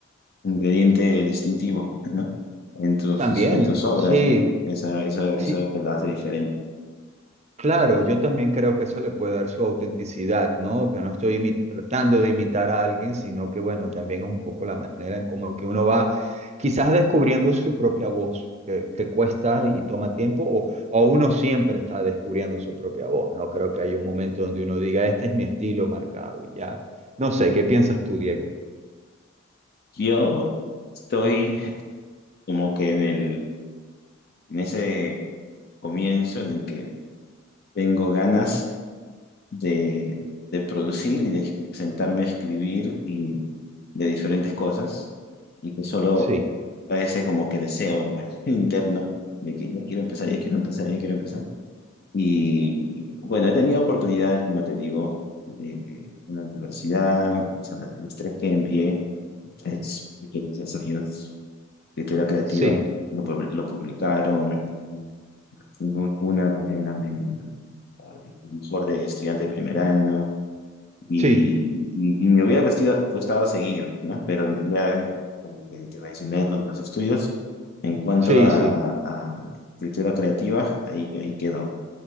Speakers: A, on the left; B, on the right.
A: ingrediente distintivo, ¿no? En tus,
B: También,
A: en tus obras,
B: sí,
A: ¿no? Eso, eso,
B: sí,
A: eso te lo hace diferente.
B: claro, yo también creo que eso le puede dar su autenticidad, ¿no? Que no estoy imi- tratando de imitar a alguien, sino que, bueno, también es un poco la manera en como que uno va quizás descubriendo su propia voz, que, que cuesta y toma tiempo, o, o uno siempre está descubriendo su propia voz, ¿no? Creo que hay un momento donde uno diga, este es mi estilo marcado y ya. No sé, ¿qué piensas tú, Diego?
A: Yo estoy como que en el, en ese comienzo en el que tengo ganas de, de producir y de sentarme a escribir y de diferentes cosas y que solo
B: Sí,
A: parece como que deseo <laughs> interno de que ya quiero empezar, ya quiero empezar, ya quiero empezar Y bueno, he tenido oportunidades, como te digo, de en la universidad, o sea, las, los tres que envié, tres pequeños ensayos de teoría creativa,
B: sí.
A: lo, pub- lo publicaron. y hubo Una donde era de, de mejor de estudiante de primer año, y,
B: Sí,
A: y, y me hubiera gustido- gustado, seguir, ¿no? Pero ya como te, te mencioné lo de los estudios. En cuanto
B: sí,
A: a,
B: sí,
A: a escritura creativa, ahí, ahí quedó.